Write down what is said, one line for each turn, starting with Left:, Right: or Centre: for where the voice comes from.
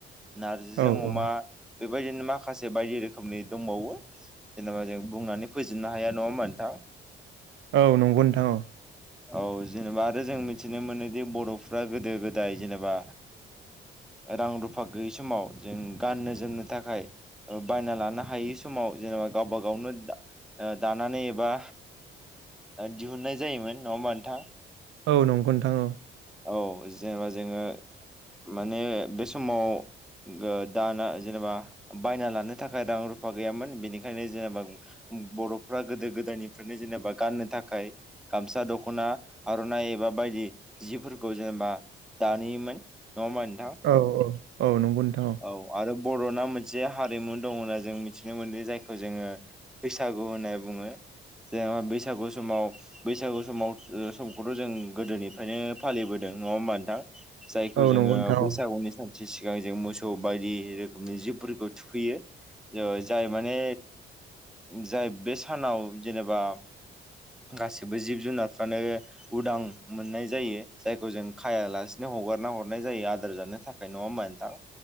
Centre: नारजिजों
Right: औ
Centre: अमा
Right: औ
Centre: बेबायदिनो माखासे बायदि रोखोमनि दंबावो जेनेबा जों बुंनानै फोजोबनो हाया नङा होनोबा नोंथाङा
Right: औ नंगौ नोंथां
Centre: औ जेनेबा आरो जों मिथिनो मोनोदि बर'फ्रा गोदो गोदाय जेनेबा रां रुफा गैयि समाव जों गाननो जोमनो थाखाय बायना लानो हायै समाव जों गावबा गावनो दानानै एबा दिहुननाय जायोमोन नङा होमबा नोंथां
Right: औ नंगौ नोंथां औ
Centre: औ जेनेबा जोङो माने बे समाव दाना जेनेबा बायना लानो थाखाय रां रुफा गैयामोन बेनिखायनो जेनेबा बर'फ्रा गोदो गोदायनिफ्रायनो जेनेबा गाननो थाखाय गामसा दख'- दखना आर'नाइ एबा बायदि जिफोरखौ जेनेबा दायोमोन नङा होमबा नोंथां
Right: औ औ औ नंगौ नोंथां
Centre: औ आरो बर'ना मोनसे हारिमु दं होनना जों मिथिनो मोनदों जायखौ जोङो बैसागु होनना बुङो जेनेबा बैसागु समाव बैसागु समाव समखौथ' जों गोदोनिफ्रायनो फालिबोदों नङा होमबा नोंथां जायखौ
Right: औ औ
Centre: जोङो
Right: नंगौ नोंथां
Centre: बैसागुनि सान से सिगां जों मोसौ बायदि रोखोमनि जिबफोरखौ थुखैयो औ जाय माने जाय बे सानाव जेनेबा गासिबो जिब जुनार फानो उदां मोननाय जायो जायखौ जों खायालासेनो हगारना हरनाय जायो आदार जानो नो थाखाय नङा होनबा नोंथां